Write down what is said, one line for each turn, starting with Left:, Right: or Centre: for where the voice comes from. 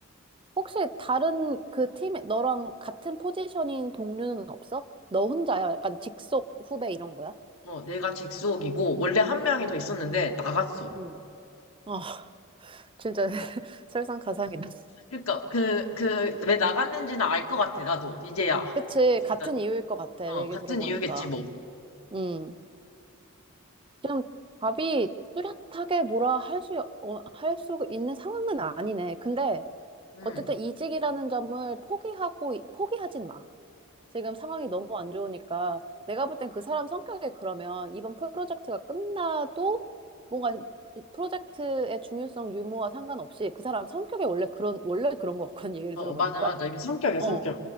Right: 혹시 다른 그 팀에 너랑 같은 포지션인 동료는 없어? 너 혼자야? 약간 직속 후배 이런 거야?
Left: 어, 내가 직속이고 원래 한 명이
Right: 음.
Left: 더 있었는데 나갔어.
Right: 음. 어, <laughs> 진짜 <laughs> 설상가상이다.
Left: 그러니까 그 그 왜 나갔는지는 알 것 같아 나도 이제야
Right: 그치,
Left: 그러니까
Right: 같은 이유일 것 같아,
Left: 어
Right: 내 얘기
Left: 같은
Right: 들어보니까.
Left: 이유겠지
Right: 음. 지금 답이 뚜렷하게 뭐라 할 수, 어, 할 수 있는 상황은 아니네. 근데
Left: 뭐어음음어어
Right: 어쨌든 이직이라는 점을 포기하고, 이- 포기하진 마. 지금 상황이 너무 안 좋으니까 내가 볼 땐 그 사람 성격에 그러면 이번 프로젝트가 끝나도 뭔가 프로젝트의 중요성 유무와 상관없이 그 사람 성격에 원래 그런, 원래 그런 것 같거든, 얘기를 들어보니까.
Left: 맞아 맞아 이게 성격이야 성격
Right: 어.